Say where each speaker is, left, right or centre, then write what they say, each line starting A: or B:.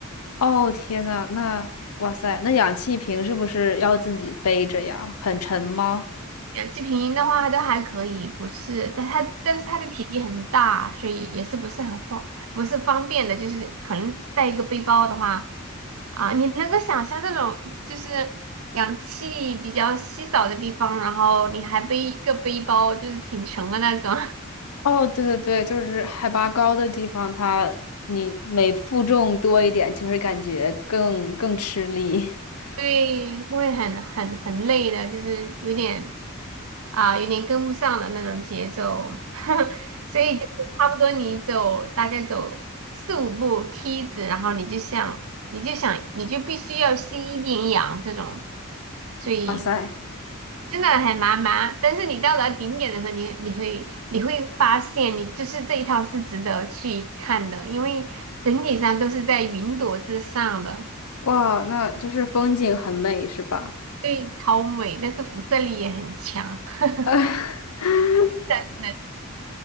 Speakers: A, on the left; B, on the right.
A: 哦，天呐，那，哇塞，那氧气瓶是不是要自己背着呀？很沉吗？
B: 氧气瓶的话都还可以，不是，但它但是它的体积很大，所以也是不是很方不是方便的，就是可能带一个背包的话啊，你能够想象这种就是氧气比较稀少的地方，然后你还背一个背包，就是挺沉的那种，
A: 哦，对对对，就是海拔高的地方，它你每负重多一点，就会感觉更更吃力。<laughs>
B: <laughs> 对，会很很很累的，就是有点啊，有点跟不上了那种节奏，<laughs> 所以就是差不多你走大概走四五步梯子，然后你就像，你就想你就必须要吸一点氧这种，所以
A: 哇塞，
B: 真的很麻麻。但是你到达顶点的时候，你你会你会发现你就是这一套是值得去看的，因为整体上都是在云朵之上的，
A: 哇，那就是风景很美，是吧？
B: 所以超美，但是辐射力也很强。<laughs>
A: <laughs>
B: 真的